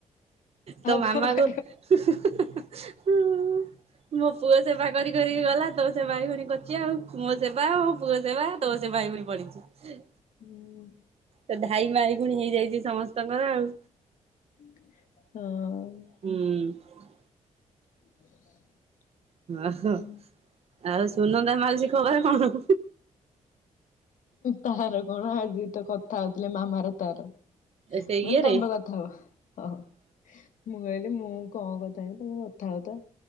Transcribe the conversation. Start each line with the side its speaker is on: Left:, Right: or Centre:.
Right: ତ ମାମାକୁ
Left: କଣ କରିବ
Right: ମୋ ପୁଅ ସେବା କରି କରିକି ଗଲା ତୋ ସେବା <unintelligible> ପୁଣି କରୁଚି ଆଉ। ମୋ ସେବା ମୋ ପୁଅ ସେବା ତୋ ସେବା ଏଇ ପୁଣି ପଢିଚି।
Left: ହୁଁ
Right: ତ ଧାଇ ମା ଏଇଖୁଣି ହେଇଯାଇଚି ସମସ୍ତଙ୍କର ଆଉ।
Left: ହଁ।
Right: ହୁଁ।
Left: <inaudible>
Right: ଓହୋ
Left: ହଁ
Right: ଆଉ ସୁନନ୍ଦା ମାଉସି ଖବର କଣ?
Left: ତାର କଣ ଆଜିତ କଥା ହଉଥିଲେ, ମାମାର ତାର। ମୁଁ
Right: ସେ ଇଏରେ
Left: କହିଲି ତମେ କଥା ହୁଅ ହଁ। ମୁଁ କହିଲି, ମୁଁ କଁ କଥାହେବି ତମେ କଥା ହଉଥ,